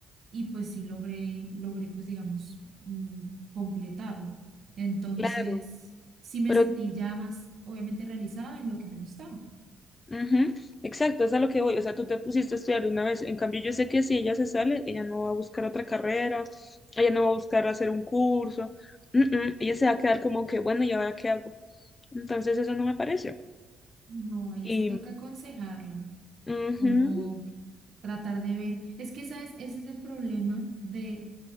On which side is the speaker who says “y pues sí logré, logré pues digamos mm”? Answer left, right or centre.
Right